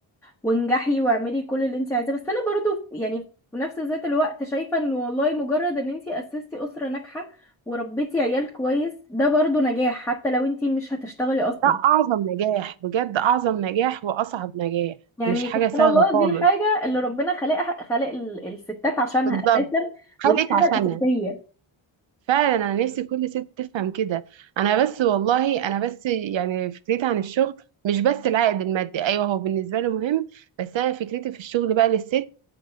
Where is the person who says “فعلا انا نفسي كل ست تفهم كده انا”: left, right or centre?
Right